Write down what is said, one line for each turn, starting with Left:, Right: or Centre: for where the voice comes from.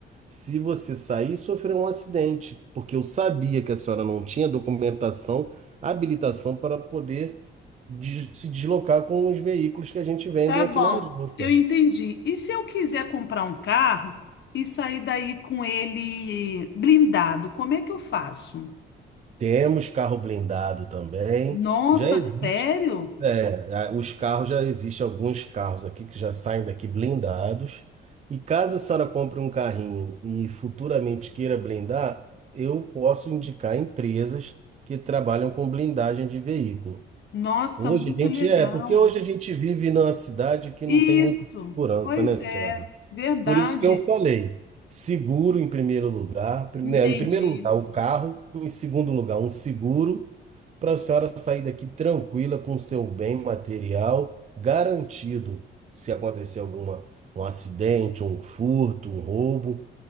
Right: se você sair, sofreu um acidente, porque eu sabia que a senhora não tinha documentação, habilitação para poder de- se deslocar com os veículos que a gente vende
Left: tá
Right: aqui
Left: bom,
Right: na agência.
Left: eu entendi. E se eu quiser comprar um carro e sair daí com ele blindado, como é que eu faço?
Right: Temos carro blindado também.
Left: Nossa,
Right: Já existe,
Left: sério?
Right: é, a- os carros, já existem alguns carros aqui que já saem daqui blindados. E caso a senhora compre um carrinho e futuramente queira blindar, eu posso indicar empresas que trabalham com blindagem de veículo.
Left: Nossa,
Right: Hoje
Left: muito
Right: a gente
Left: legal.
Right: é, porque hoje a gente vive numa cidade que
Left: Isso,
Right: não tem muita segurança,
Left: pois
Right: né, senhora?
Left: é, verdade,
Right: Por isso que eu falei, seguro em primeiro lugar, prim-
Left: entendi.
Right: né, em primeiro lugar o carro, em segundo lugar um seguro, para a senhora sair daqui tranquila com seu bem material garantido. Se acontecer alguma um acidente, um furto, um roubo,